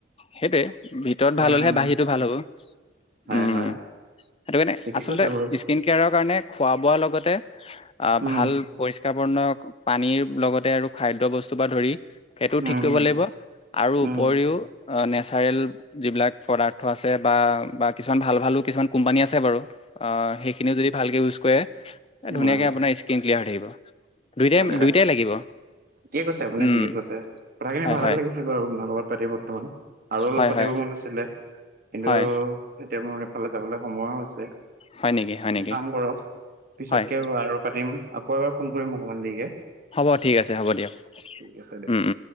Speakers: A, on the left; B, on the right.
A: সেইটে ভিতৰত
B: উম
A: ভাল হ'লেহে বাহিৰতো ভাল হ'ব। উম,
B: হয় হয় হয়
A: সেইটো কাৰণে
B: ঠিকেই
A: আচলতে
B: কৈছে বাৰু
A: স্কিন কেয়াৰৰ কাৰণে খোৱা বোৱাৰ লগতে আহ
B: উম
A: ভাল পৰিষ্কাৰপন্ন পানীৰ লগতে আৰু খাদ্য বস্তু পৰা ধৰি সেইটোও
B: উম
A: ঠিক কৰিব লাগিব আৰু
B: উম উম
A: উপৰিও নেচাৰেল যিবিলাক পদাৰ্থ আছে বা বা কিছুমান ভাল ভালো কিছুমান কোম্পানী আছে বাৰু সেইখিনিও যদি ভালকৈ ইউজ কৰে
B: উম
A: ধুনীয়াকে
B: হয় হয়
A: আপোনাৰ স্কিন ক্লিয়াৰ হৈ থাকিব দুইটাই
B: হয় হয়।
A: দুইটাই লাগিব
B: ঠিকে কৈছে আপুনি
A: উম,
B: ঠিকে কৈছে কথাখিনি
A: হয়
B: ভালে
A: হয়
B: লাগিছিল বাৰু আপোনাৰ লগত পাতি বৰ্তমান আৰু অলপ
A: হয়
B: পাতি
A: হয়
B: মন আছিলে কিন্তু
A: হয়।
B: এতিয়া মোৰ সফালে যাবলৈ সময় হৈছে। এটা
A: হয় নেকি হয় নেকি
B: কাম কৰক পিছতকে
A: হয়
B: আৰু পাতিম আকৌ এবাৰ ফোন কৰিম অকমান দেৰিকে
A: হ'ব ঠিক আছে হ'ব দিয়ক
B: ঠিক আছে দিয়ক
A: মম